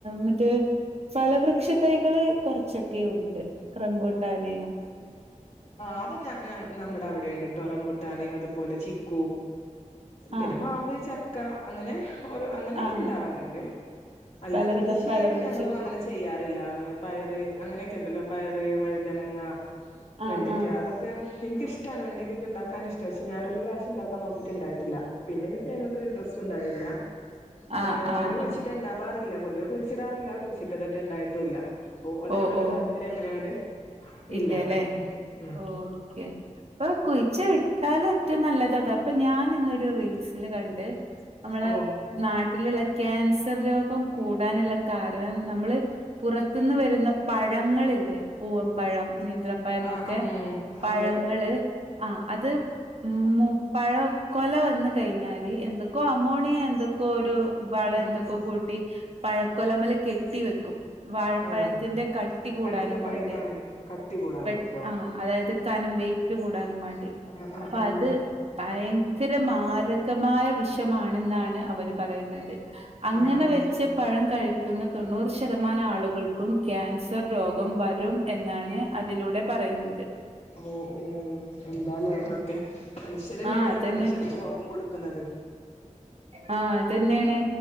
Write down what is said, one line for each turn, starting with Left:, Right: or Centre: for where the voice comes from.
Right: മറ്റേ ഫലവൃക്ഷ തൈകള് കൊറച്ചൊക്കെ ഉണ്ട് റംബൂട്ടാൻ
Left: ആദ്യം ഞ ഞമ്മടെ അവിടെണ്ട്ടോ റംപൂട്ടാന് അത് പോലെ ചിക്കു പിന്നെ
Right: ആഹ്
Left: മാവ് ചക്ക അങ്ങനെ ഒരു അങ്ങനെക്കെണ്ടാവാറ്ണ്ട്
Right: ആഹ് ആഹ്
Left: അല്ലാത്ത
Right: പലവിധം
Left: കൃഷി
Right: ഫലവൃക്ഷത്ത്
Left: ആയിട്ട് ഞങ്ങളും അങ്ങനെ ചെയ്യാറില്ല പയറ് അങ്ങനെക്കെണ്ടല്ലോ പയറ്, വഴ്തനങ്ങ വെണ്ടക്ക
Right: ആഹ് ആഹ്
Left: അതൊക്കെ എനിക്കിഷ്ടാണ് വെണ്ടയ്ക്കൊക്കെ ണ്ടാക്കാനിഷ്ട ക്ഷെ ഞാനൊരു പ്രാവശ്യണ്ടാക്കാൻ നോക്കിട്ട്ണ്ടായിട്ടില്ല. പിന്നെ നിക്കയ്മക്കൊരു ഇൻട്രസ്റ്റു ണ്ടായില്ല <unintelligible>
Right: ആഹ് ആഹ് ആഹ്
Left: ഞാന് കുഴ്ച്ചി ട്ടാണ്ടാവാറില്ല പൊതുവെ കുഴിച്ചിടാറുല്ല. ച്ച്ട്ടതെറ്റെണ്ടായിട്ടൂല്ല അപ്പൊ അതിനോട്ള്ള
Right: ഓ ഓ
Left: താല്പര്യങ്ങനങ്ങട്‌ ഇല്ലാതായി.
Right: ഇല്ലല്ലേ
Left: ഉം
Right: ഓക്കെ പ്പൊ കുഴിച്ച്ട്ടാലെറ്റുംനല്ലതതാ അപ്പൊ ഞാനിന്നൊരു റീൽസ് ഇന്ന് കണ്ട് അമ്മളേ
Left: ഓഹ്
Right: നാട്ടില്ള്ള ക്യാൻസർ രോഗം കൂടാന്ള്ള കാരണം നമ്മള് പുറത്ത്ന്ന് വെര്ന്ന പഴങ്ങളില്ലേ പൂവംപഴം, നീന്ത്രപ്പഴംന്നൊക്കെ
Left: ആഹ് ആഹ്
Right: പഴങ്ങള്
Left: അതെ
Right: ആഹ് അത് മു പഴൊ കൊലവന്ന് കഴിഞ്ഞാല് എന്തൊ ക്കൊ അമോണിയ എന്തൊക്കോരു വളം
Left: ഉം
Right: എന്തൊക്കോ
Left: ഉം
Right: കൂട്ടി പഴക്കൊലമല് കെട്ടി വെക്കും. വാഴപ്പഴത്തിന്റെ
Left: അതെ
Right: കട്ടി കൂടാനുംമാണ്ടി
Left: പെട്ടെന്ന് പഴിക്കാൻ വേണ്ടി കട്ടി കൂടാൻ
Right: പെ
Left: വേണ്ടിട്ടോ
Right: ആഹ് അതായത് കനം വെയ്റ്റ് കൂടാനും മാണ്ടി
Left: ആഹ് ആഹ്
Right: അപ്പാത്
Left: ആഹ്
Right: ഭയങ്കര മാരകമായ വിഷമാണെന്നാണ് അവര്പറയുന്നത്. അങ്ങനെവെച്ച
Left: ആഹ് ആഹ്
Right: പഴം കഴി ക്ക്ന്ന തൊണ്ണൂറ് ശതമാനാള്കൾക്കും ക്യാൻസർ രോഗം വരും എന്നാണ് അതിലൂടെ പറയുന്നത്.
Left: ഓഹ് ഓഹ് എന്താലേ അതൊക്കെ.
Right: ഉം
Left: മനുഷ്യരെന്നെണല്ലോ
Right: ആഹ് അതന്നെ
Left: മനുഷ്യർക്ക് രോഗം കൊട്ക്കുന്നത്.
Right: ആഹ് അതെന്നെണ്